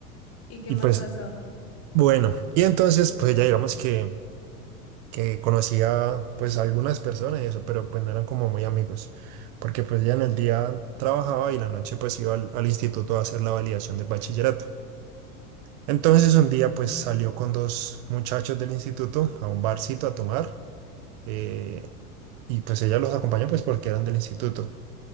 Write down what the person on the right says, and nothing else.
Y
pues,
bueno, y entonces, pues ya digamos que, que conocía pues a pues, algunas personas y eso, pero pues no eran como muy amigos, porque pues ya en el día trabajaba y la noche pues iba al, al instituto a hacer la validación del bachillerato. Entonces un día pues salió con dos muchachos del instituto a un barcito a tomar eh, y pues ella los acompañó pues porque eran del instituto.